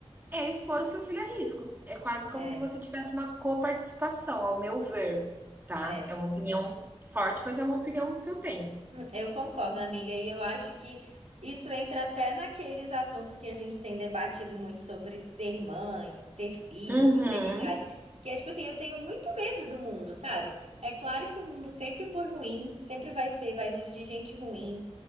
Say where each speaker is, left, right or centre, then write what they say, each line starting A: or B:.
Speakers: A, on the right; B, on the right.
A: É expor o seu filho a risco. É quase como
B: é,
A: se você tivesse uma coparticipação, ao meu ver, tá?
B: é.
A: É uma opinião forte, mas é uma opinião que eu tenho.
B: Eu concordo, amiga, e eu acho que isso entra até naqueles assuntos que a gente tem debatido muito sobre ser mãe, ter filho,
A: Uhum.
B: maternidade, que é tipo assim, eu tenho muito medo do mundo, sabe? É claro que o mundo sempre foi ruim, sempre vai ser, vai existir gente ruim,